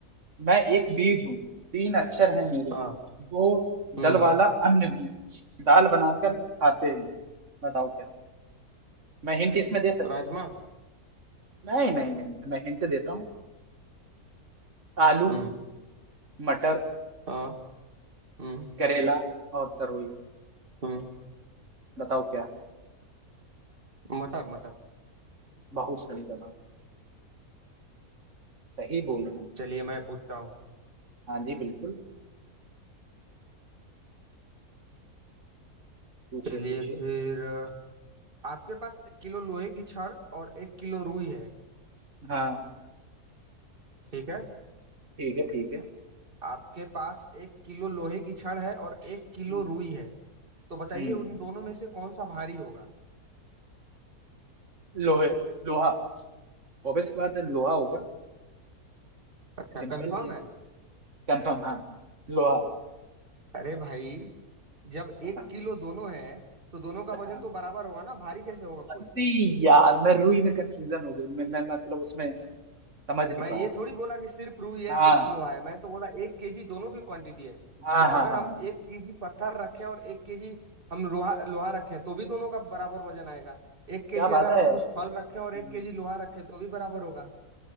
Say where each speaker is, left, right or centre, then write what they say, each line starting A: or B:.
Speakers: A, on the right (about 50°); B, on the right (about 35°).
A: मैं एक बीज हूँ तीन अक्षर हैं मेरे
B: हाँ
A: दो
B: हम्म
A: दल वाला अन्न हूँ दाल बनाकर खाते हैं बताओ क्या मैं हिंट इसमें दे सकता
B: राजमा
A: नहीं नहीं नहीं नहीं, मैं हिंट देता हूँ आलू
B: हम्म
A: मटर
B: हाँ हम्म
A: करेला और तरोई
B: हम्म
A: बताओ क्या
B: मटर मटर
A: बहुत सही जवाब सही बोल रहे हैं
B: चलिए मैं पूछता हूँ
A: हाँ जी बिल्कुल पूछिए
B: चलिए
A: पूछिए
B: फिर अ, आपके पास एक किलो लोहे की छड़ और एक किलो रुई है
A: हाँ
B: ठीक है
A: ठीक है ठीक है
B: आपके पास एक किलो लोहे की छड़ है और एक किलो
A: हम्म
B: रुई है तो बताइए
A: हम्म,
B: उन दोनों में से कौन सा भारी होगा
A: लोहे लोहा ऑब्वियस बात है लोहा होगा
B: अच्छा
A: सिंपल
B: कंफर्म
A: ये
B: है
A: तो कंफर्म हाँ लोहा
B: अरे भाई जब एक
A: हाँ
B: किलो दोनों है तो दोनों का
A: हाँ
B: वजन तो बराबर होगा ना भारी कैसे होगा
A: अरे
B: कोई
A: यार मैं रूही में कंफ्यूजन हो गई मैं, मैं मतलब उसमें समझ नहीं
B: मैं
A: पाया
B: ये थोड़ी बोला कि सिर्फ रुई है
A: हाँ
B: सिर्फ लोहा है मैं तो बोला एक केजी दोनों की क्वांटिटी है
A: हाँ
B: तो
A: हाँ
B: अगर
A: हाँ
B: हम
A: हाँ।
B: एक केजी पत्थर रखें और एक केजी हम लोहा लोहा रखें तो भी दोनों का बराबर वजन आएगा एक केजी
A: क्या बात
B: अगर हम
A: है
B: कुछ फल रखें
A: हम्म,
B: और एक केजी लोहा रखें तो भी बराबर होगा